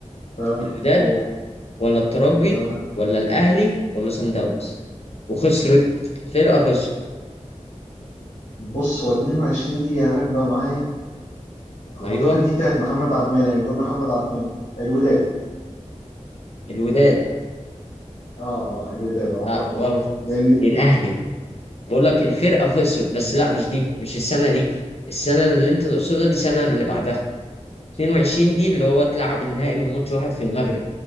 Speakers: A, on the left (about 80°); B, on the left (about 55°).
A: تمام
B: الوداد
A: قول
B: ولا الترجي
A: تمام
B: ولا الاهلي ولا سان داونز وخسرت الفرقه خسرت
A: بص هو 22 دقيقة راكبة معايا أعتقد
B: ايوه
A: دي بتاعت محمد عبد المنعم يقول محمد عبد المنعم الوداد
B: الوداد
A: آه آه الوداد أعتقد
B: لا غلط
A: لأن
B: دي الاهلي بقول لك الفرقه خسرت بس لا مش دي مش السنه دي السنه اللي انت تقصدها دي السنه اللي بعدها 22 دي اللي هو اتلعب النهائي من ماتش واحد في المغرب